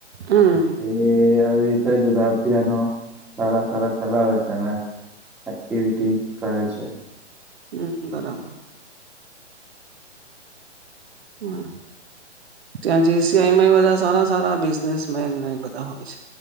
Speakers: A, on the right; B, in the centre.
A: હમ
B: એ આવી રીતે જ બધા અભિયાનો સારા સારા ચલાવે છે, અને એક્ટિવિટીઝ કરે છે.
A: હમ, બરાબર હમ્મ ત્યા જે સઆ બધા સારા સારા બિઝનેસમેન બધા હોય, છે.